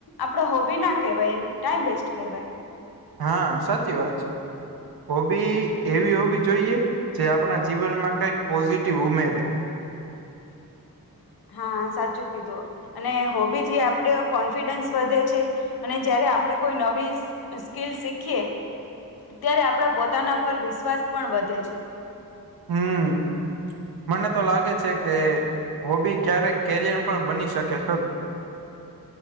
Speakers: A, on the left (about 80°); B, on the right (about 80°).
A: આપડો હોબી ના કેહેવાય એમ ટાઈમ વેસ્ટ કહેવાય.
B: હા સાચી વાત છે, હોબી એવી હોવી જોઈએ. જે આપણા જીવનમાં કઈક પોઝિટિવ ઉમેરે.
A: હા સાચું કીધું. અને હોબી થી આપણે કોન્ફિડન્સ વધે છે અને જયારે આપણે કોઈ નવી સ્કીલ શીખીએ ત્યારે આપણા પોતાના પર વિશ્વાસ પણ વધે છે. <inaudible>
B: હમ મને તો લાગે છે કે હોબી ક્યારેક કેરિયર પણ બની શકે ખરું.